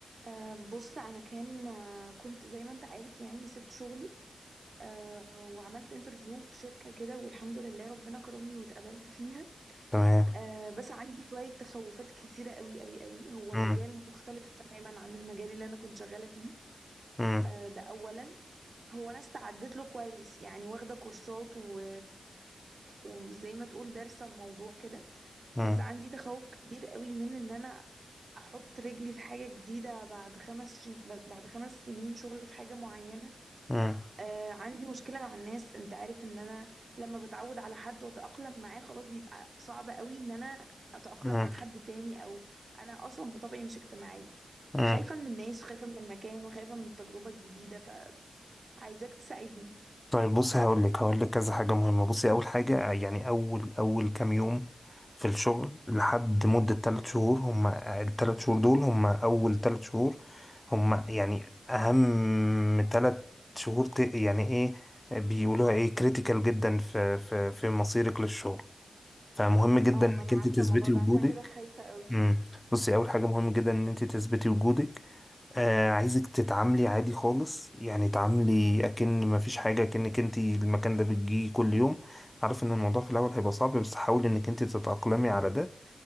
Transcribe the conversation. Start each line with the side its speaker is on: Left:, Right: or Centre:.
Right: أه بص انا كان آه، كنت زي ما انت عارف يعني سبت شغلي أه وعملت انترفيو في شركة كده والحمد لله ربنا كرمني واتقبلت فيها
Left: تمام
Right: أه بس عندي شوية تخوفات كتيرة قوي قوي قوي هو
Left: مم.
Right: مجال مختلف تماما عن المجال اللي انا كنت شغالة فيه
Left: مم.
Right: أه ده اولا هو انا استعدت له كويس يعني واخدة كورسات و... وزي ما تقول دارسة الموضوع كده
Left: مم.
Right: بس عندي تخوف كبير قوي من ان انا احط رجلي في حاجة جديدة بعد خمس ش... بعد خمس سنين شغل في حاجة معينة
Left: مم.
Right: آه عندي مشكلة مع الناس انت عارف ان انا لما بتعود على حد واتأقلم معاه خلاص بيبقى صعب قوي ان انا اتأقلم
Left: مم.
Right: مع حد تاني او انا اصلا بطبعي مش اجتماعية
Left: مم.
Right: فخايفة من الناس وخايفة من المكان وخايفة من التجربة الجديدة فعايزاك تساعدني
Left: طيب بصي هقول لك هقول لك كذا حاجة مهمة بصي أول حاجة يعني أول أول كام يوم في الشغل لحد مدة تلات شهور هم التلات شهور دول هم أول تلات شهور هم يعني أهم تلات شهور ت- يعني إيه بيقولوها إيه كريتيكال جدا في في في مصيرك للشغل فمهم جدا
Right: اه
Left: إنك
Right: ما انا
Left: أنت
Right: عارفة
Left: تثبتي
Right: الموضوع ده
Left: وجودك
Right: عشان كده خايفة قوي
Left: امم بصي اول حاجه مهم جدا ان انت تثبتي وجودك آه عايزك تتعاملي عادي خالص يعني تعاملي اكن ما فيش حاجه اكنك انت المكان ده بتجي كل يوم عارف ان الموضوع في الاول هيبقى صعب بس حاولي انك انت تتاقلمي على ده